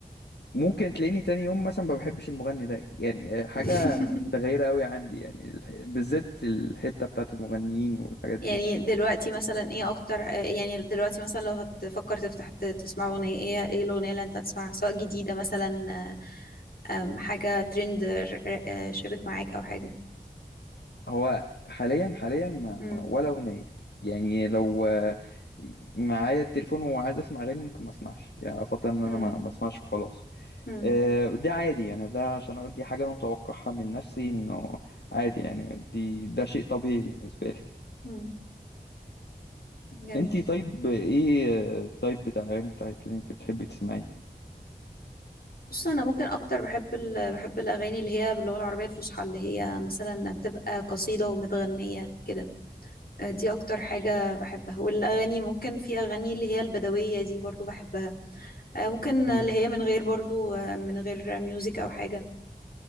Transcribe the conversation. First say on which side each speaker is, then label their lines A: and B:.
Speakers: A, on the left; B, on the left.
A: ممكن تلاقيني تاني يوم مثلا ما بحبش المغني ده يعني حاجة
B: <laughs>
A: متغيرة قوي عندي يعني الح- بالذات الحتة بتاعت المغنيين والحاجات
B: يعني
A: دي
B: دلوقتي مثلا ايه اكتر آه، يعني دلوقتي مثلا لو هتفكر تفتح ت- تسمع اغنية ايه ايه الاغنية اللي انت هتسمعها سواء جديدة مثلا آه، آم، حاجة ترند ر- ر- آه، شابك معاك او حاجة
A: هو حاليا حاليا ما
B: مم.
A: ما- ولا أغنية يعني لو آه، معايا التليفون وعايز اسمع اغاني ممكن ما اسمعش يعني افضل ان انا
B: مم.
A: ما ما اسمعش وخلاص
B: مم.
A: آه، ده عادي يعني ده عشان دي حاجة انا متوقعها من نفسي انه عادي يعني دي ده شيء طبيعي بالنسبة لي
B: مم. جميل
A: انتي طيب ايه الطيب بتاع الاغاني بتاعت اللي انت بتحبي تسمعيه
B: بص انا ممكن اكتر بحب ال... بحب الاغاني اللي هي باللغه العربيه الفصحى اللي هي مثلا بتبقى قصيده ومتغنيه كده آه، دي اكتر حاجه بحبها والاغاني ممكن في اغاني اللي هي البدويه دي برضو بحبها آه، ممكن
A: مم.
B: اللي هي من غير برضو آه، من غير ميوزك او حاجه